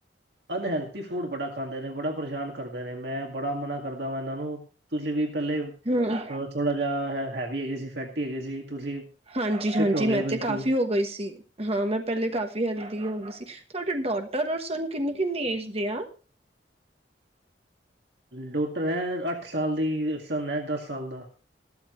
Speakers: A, on the right; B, on the right.
A: ਅਨਹੈਲਥੀ ਫੂਡ ਬੜਾ ਖਾਂਦੇ ਨੇ, ਬੜਾ ਪਰੇਸ਼ਾਨ ਕਰਦੇ ਨੇ, ਮੈਂ ਬੜਾ ਮਨਾ ਕਰਦਾ ਵਾਂ ਏਨਾਂ ਨੂੰ। ਤੁਸੀ ਵੀ ਪੈਲੇ
B: ਹਂ।
A: ਥੋੜਾ ਜਿਆ ਹੈਵੀ ਹੈਗੀ ਸੀ, ਫੈਟੀ ਹੈਗੇ ਸੀ। ਤੁਸੀਂ
B: ਹਾਂਜੀ
A: ਫਿਟ
B: ਹਾਂਜੀ।
A: ਹੋ ਗਏ
B: ਮੈਂ
A: ਬਿਲਕੁਲ।
B: ਤੇ ਕਾਫ਼ੀ ਹੋ ਗਈ ਸੀ। ਹਾਂ, ਮੈਂ ਪੈਲੇ ਕਾਫ਼ੀ ਹੈਲਦੀ ਹੁੰਦੀ ਸੀ, ਤੁਆਡੇ ਡੋਟਰ ਔਰ ਸਨ ਕਿੰਨੀ-ਕਿੰਨੀ ਏਜ ਦੇ ਆ?
A: ਡੋਟਰ ਹੈ ਅੱਠ ਸਾਲ ਦੀ, ਸਨ ਹੈ ਦਸ ਸਾਲ ਦਾ।